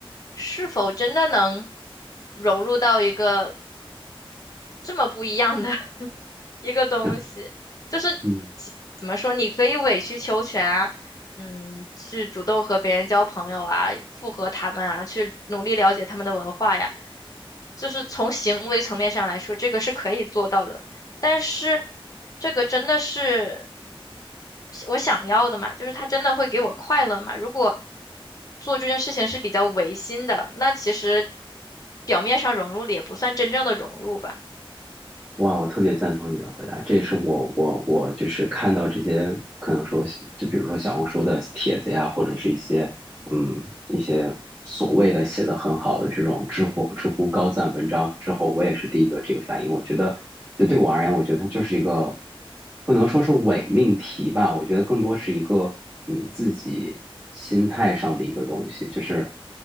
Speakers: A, on the left (about 40°); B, on the right (about 30°).
A: 是否真的能融入到一个？这么不一样的 <laughs> 一个东西，
B: <laughs>
A: 就是其怎么说，
B: 嗯。
A: 你可以委曲求全啊，嗯，去主动和别人交朋友啊，附和他们啊，去努力了解他们的文化呀，就是从行为层面上来说，这个是可以做到的，但是这个真的是我想要的嘛，就是他真的会给我快乐嘛？如果做这件事情是比较违心的，那其实表面上融入了也不算真正的融入吧。
B: 哇，我特别赞同你的回答，这也是我我我就是看到这些可能说，就比如说小红书的帖子呀，或者是一些嗯一些所谓的写的很好的这种知乎知乎高赞文章之后，我也是第一个这个反应。我觉得，就对我而言，我觉得它就是一个不能说是伪命题吧，我觉得更多是一个你自己心态上的一个东西，就是